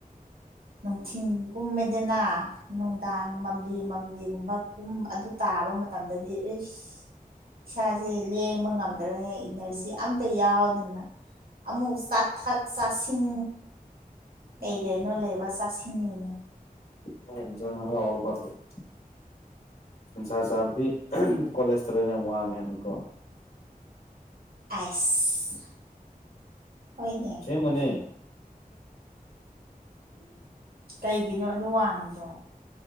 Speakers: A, on the right (about 80°); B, on the left (about 85°).
A: ꯅꯨꯡꯊꯤꯟ ꯀꯨꯝꯃꯦꯗꯅ ꯅꯨꯡꯗꯥꯡ ꯃꯝꯂꯤ ꯃꯝꯂꯤꯒꯨꯝꯕ ꯀꯨꯝ ꯑꯗꯨ ꯇꯥꯕ ꯃꯇꯝꯗꯗꯤ ꯑꯩꯁ ꯏꯁꯥꯖꯦ ꯂꯦꯡꯕ ꯉꯝꯗꯔꯦ ꯏꯅꯔꯖꯤ ꯑꯝꯇ ꯌꯥꯎꯗꯅ ꯑꯃꯨꯛ ꯆꯥꯊꯛ ꯆꯥꯁꯤꯟ ꯀꯩ
B: ꯎꯝ
A: ꯒꯩꯅꯣ ꯂꯩꯕ ꯆꯥꯁꯤꯟꯕꯅꯦ
B: <unintelligible> ꯁꯟꯁꯥ ꯆꯥꯕꯗꯤ ꯀꯣꯂꯦꯁꯇꯦꯔꯣꯜꯟ ꯌꯥꯝ ꯋꯥꯡꯉꯦ ꯍꯥꯏꯕꯅꯤꯀꯣ
A: ꯑꯥꯏꯁ ꯍꯣꯏꯅꯦ
B: ꯑꯁꯦꯡꯕꯅꯦ
A: ꯀꯩꯒꯤꯅꯣ ꯑꯗꯨ ꯋꯥꯡꯉꯤꯗꯣ